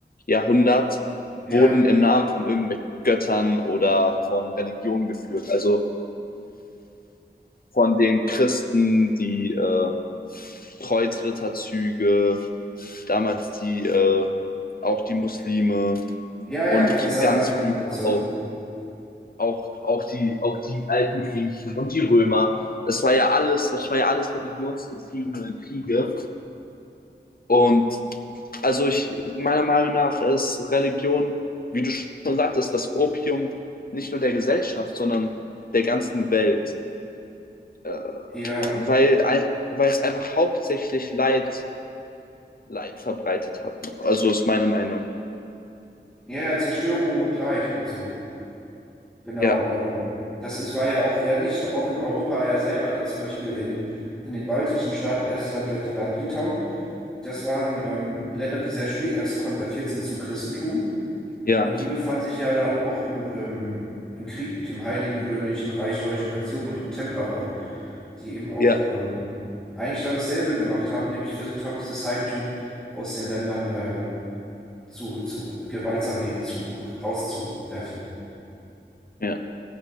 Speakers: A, on the left (about 55°); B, in the centre.
A: Jahrhundert
B: Ja,
A: wurden im Namen von irgendwelchen Göttern oder von Religionen geführt. Also von den Christen, die äh, Kreuzritterzüge, damals die äh, auch die Muslime,
B: ja, ja,
A: Und
B: unter Saladin
A: ganz früh
B: und so.
A: auch, auch, auch, die, auch die alten Griechen und die Römer. Das war ja alles, das war ja alles religionsgetriebene Kriege. Und also ich, meiner Meinung nach ist Religion, wie du schon sagtest, das Opium nicht nur der Gesellschaft, sondern der ganzen Welt. Äh,
B: Ja,
A: weil, weil es einfach hauptsächlich Leid, Leid verbreitet hat. Also ist meine Meinung.
B: ja, ja, Zerstörung und Leid und so. Genau.
A: Ja,
B: Ähm, das ist, war ja auch, ja nicht auch in Europa ja selber, da zum Beispiel in, in den baltischen Staaten Estland, Lettland, Litauen. Das waren ähm, Länder, die sehr spät erst konvertiert sind zum Christentum.
A: ja,
B: Und die befand sich ja dann auch im, ähm, im Krieg mit dem Heiligen Römischen Reich Deutscher Nation und dem Templerorden, die eben auch
A: ja,
B: ähm, eigentlich da dasselbe gemacht haben, nämlich versucht haben, dieses Heidentum aus den Ländern äh, zu, zu gewaltsam eben zu rauszuwerfen.
A: ja.